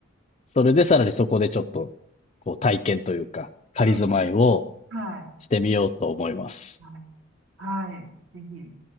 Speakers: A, on the left (about 30°); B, on the right (about 65°).
A: それでさらにそこでちょっと、こう、体験というか、仮住まいを
B: い、ええ、はい、
A: してみようと思います。
B: はい、はい、ぜひ。